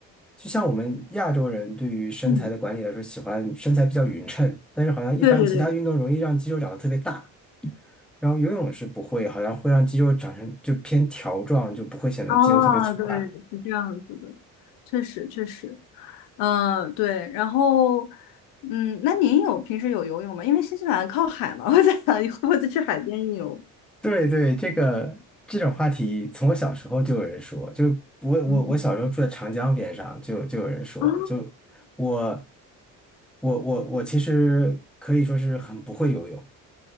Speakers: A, in the centre; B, on the left.
A: 就像我们亚洲人对于身材的管理来说，
B: 嗯，
A: 喜欢身材比较匀称，但是好像一般其他运动容易让肌肉长得特别大，
B: 对对对，
A: 然后游泳是不会，好像会让肌肉长成就偏条状，就不会显得肌肉特别粗大。
B: 哦，对，是这样子的，确实确实，嗯、对，然后，嗯，那您有平时有游泳吗？因为新西兰靠海嘛，<laughs> 我在想你会不会再去海边游？
A: 对对，这个这种话题，从我小时候就有人说，就我我我小时候住在长江边上，
B: <laughs>
A: 就就有人说，
B: 哦，
A: 就我我我我其实可以说是很不会游泳，